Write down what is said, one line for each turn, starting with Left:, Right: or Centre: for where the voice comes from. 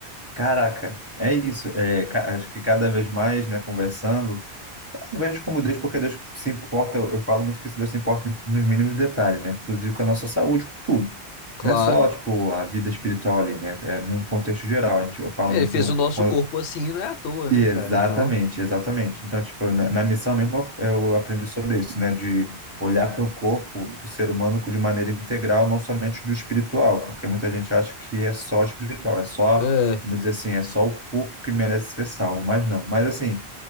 Right: caraca, é isso, é, ca- acho que cada vez mais, né, conversando, eu vejo como Deus, porque Deus se importa, eu, eu falo muito que esse Deus se importa nos mínimos detalhes, né, inclusive com a nossa saúde, com tudo.
Left: Claro.
Right: Não é só, tipo, a vida espiritual ali, né, é num contexto geral, a gente, eu falo
Left: Ele
Right: muito
Left: fez
Right: no,
Left: o nosso
Right: quando
Left: corpo assim, não é à toa,
Right: e
Left: né,
Right: exatamente,
Left: cara? Então,
Right: exatamente. Então, tipo, na, na missão mesmo eu, eu aprendi sobre isso, né? De olhar para o corpo do ser humano de maneira integral, não somente do espiritual, porque muita gente acha que é só espiritual, é só,
Left: é,
Right: vamos dizer assim, é só o corpo que merece ser salvo, mas não. Mas assim,